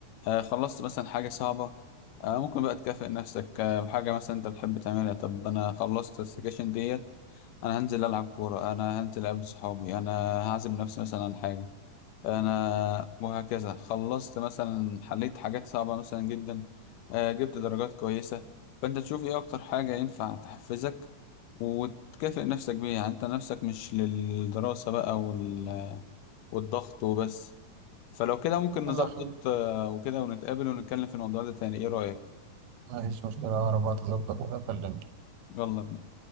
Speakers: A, on the left (about 80°); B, on the right (about 85°).
A: آه خلصت مثلا حاجة صعبة آه ممكن بقى تكافئ نفسك آه بحاجة مثلا انت بتحب تعملها طب انا خلصت السكاشن ديت انا هنزل العب كورة انا هنزل اقابل صحابي انا هعزم نفسي مثلا عن حاجة انا وهكذا خلصت مثلا حليت حاجات صعبة مثلا جدا آه، جبت درجات كويسة فانت تشوف ايه اكتر حاجة ينفع تحفزك وتكافئ نفسك بيها يعني انت نفسك مش للدراسة بقى وال- والضغط وبس فلو كده ممكن نظبط
B: يلا يا أخوي.
A: آه، وكده ونتقابل ونتكلم في الموضوع ده تاني ايه رأيك
B: مفيش مشكلة أقرب وقت أظبط كده أكلمك.
A: يلا بينا.